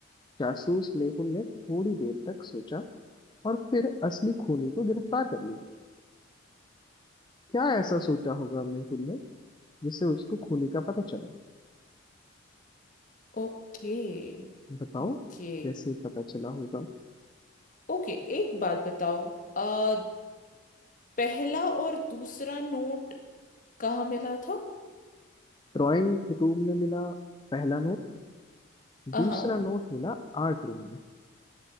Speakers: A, on the left; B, on the left.
A: जासूस मेहुल ने थोड़ी देर तक सोचा और फिर असली खूनी को गिरफ्तार कर लिया क्या ऐसा सोचा होगा मेहुल ने जिससे उसको खूनी का पता चला
B: Okay
A: बताओ
B: okay
A: कैसे पता चला होगा
B: okay एक बात बताओ आ, पहला और दूसरा नोट कहाँ मिला था
A: ड्राइंग रूम में मिला पहला नोट
B: हाँ
A: दूसरा नोट मिला आर्ट रूम में